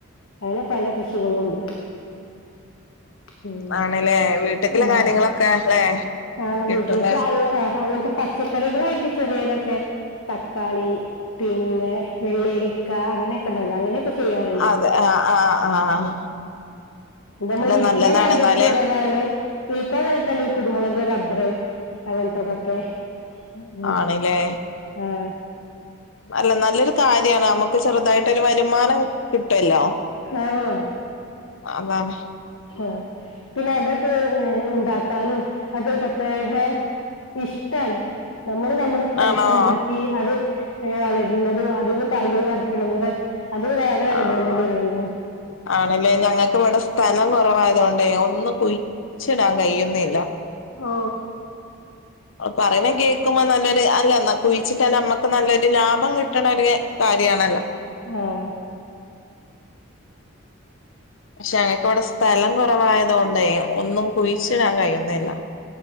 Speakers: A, on the left; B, on the left.
A: പല പല കൃഷികളുണ്ട് ഉം
B: ആണല്ലേ വീട്ടുക്കുള്ള
A: ആഹ്
B: കാര്യങ്ങളൊക്കെ അല്ലേ
A: ആഹ്
B: കിട്ടൂലേ
A: വീട്ടിലേ കാര്യം അങ്ങനത്തെ പച്ച ക്കറികളായിട്ട് ചെറിയ ഇതൊക്കെ തക്കാളി പിന്നെ വെള്ളേരിക്ക അങ്ങനെയൊക്കെ ഉണ്ടാവില്ലേ അങ്ങനെ ക്കെ ചെയ്യാറുണ്ട്
B: അതെ ആഹ് ആഹ് ആഹ്
A: ഉം ഇതെല്ലാം
B: അല്ല
A: വിൽക്കാൻ
B: നല്ലതാണ്
A: കണ്ടിട്ടുള്ളതാണ്
B: എന്നാലേ
A: വിൽക്കാൻ വേണ്ടീട്ടാണ് ഈ കുരുമുളക് റബ്ബർ അങ്ങനത്തെ ഇതൊക്കെ ഉം
B: ആണല്ലേ
A: ആഹ്
B: അല്ല നല്ലൊരു കാര്യവാണ് നമുക്ക് ചെറുതായിട്ടൊരു വരുമാനം കിട്ടുവല്ലോ
A: ആഹ്
B: അതാണ്
A: ആ പിന്നെ അതൊക്കെ ഏ ഉണ്ടാക്കാനും അത് പ്രത്യേക ഇഷ്ടാണ് നമ്മള് നമ്മുടെ സ്ഥലത്തുണ്ടാക്കി
B: ആണോ
A: അത് വളരുന്നതും അതീന്ന് കായകൾ പറിക്കണത് അതൊരു വേറെ അനുഭവം
B: ആഹ്
A: തന്നെയാണല്ലോ
B: ആണല്ലേ ഞങ്ങക്ക് ഇവിടെ സ്ഥലം കുറവായത് കൊണ്ടേ ഒന്നും കുഴിച്ചിടാൻ കഴിയുന്നില്ല
A: ഓ
B: പറയുന്നേ കേക്കുമ്പോ നല്ലൊരു അല്ലല്ല കുഴിച്ചിട്ടാ നമ്മക്ക് നല്ലൊരു ഒരു ലാഭം കിട്ടണ ഒരു കാര്യവാണല്ലോ
A: ആഹ്
B: പക്ഷെ ഞങ്ങക്കവിടെ സ്ഥലം കുറവായത് കൊണ്ടേ ഒന്നും കുഴിച്ചിടാൻ കഴിയുന്നില്ല